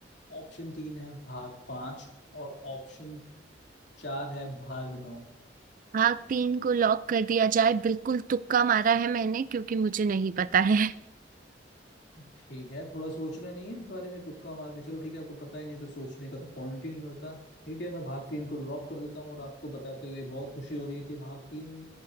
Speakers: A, on the left; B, on the right.
A: ऑप्शन तीन है भाग पांच और ऑप्शन चार है भागनो
B: भाग तीन को लॉक कर दिया जाए बिल्कुल तुक्का मारा है मैंने क्योंकि मुझे नहीं पता है
A: ठीक है थोड़ा सोचना नहीं है इस बारे में तुक्का मार के चलो ठीक है आपको पता ही नहीं तो सोचने का तो पॉइंट ही नहीं होता ठीक है मैं भाग तीन को लॉक कर देता हूँ और आपको बताते हुए बहुत खुशी हो रही है कि भाग तीन